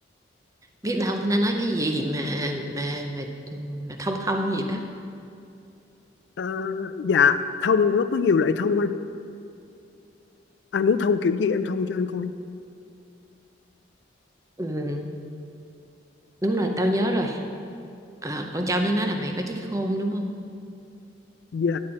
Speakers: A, on the right (about 15°); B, on the left (about 65°).
A: Biết đâu nó nói cái gì mà mà mà mà thông thông gì đó.
B: ờ, dạ thông nó có nhiều loại thông anh anh muốn thông kiểu gì em thông cho anh coi
A: Ừ, đúng rồi, tao nhớ rồi. Ờ, con châu nó nói là mày có trí khôn đúng không?
B: dạ